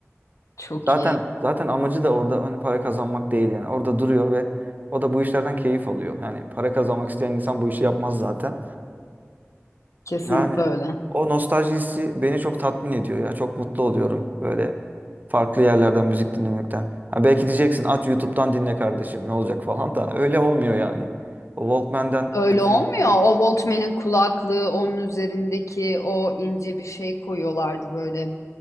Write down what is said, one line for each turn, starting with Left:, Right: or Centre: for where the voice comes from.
Left: Çok
Right: Zaten
Left: iyi.
Right: zaten amacı da orada hani para kazanmak değil yani. Orada duruyor ve o da bu işlerden keyif alıyor. Yani para kazanmak isteyen insan bu işi yapmaz zaten.
Left: Kesinlikle
Right: Yani
Left: öyle.
Right: o nostaljisi beni çok tatmin ediyor ya. Çok mutlu oluyorum böyle farklı yerlerden müzik dinlemekten. Ha belki diyeceksin aç YouTube'dan dinle kardeşim ne olacak falan da <laughs> öyle olmuyor yani. O Walkman'den
Left: Öyle
Right: açıyorum.
Left: olmuyor. O Walkman'in kulaklığı, onun üzerindeki o ince bir şey koyuyorlardı böyle.